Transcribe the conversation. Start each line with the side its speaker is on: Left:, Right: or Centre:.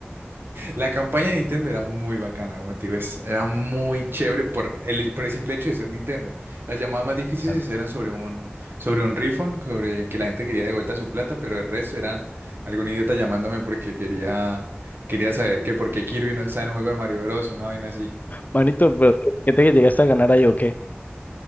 Right: La campaña de Nintendo era muy bacana, como te digo, es- era muy chévere por el, por el simple hecho de ser Nintendo. Las llamadas más difíciles
Left: Claro.
Right: eran sobre un, sobre un refund, sobre que la gente quería de vuelta su plata, pero el resto eran algún idiota llamándome porque quería, quería saber que por qué Kirby no está en un juego de Mario Bros, una vaina así.
Left: Manito, pero ¿qué, qué te llegaste a ganar ahí o qué?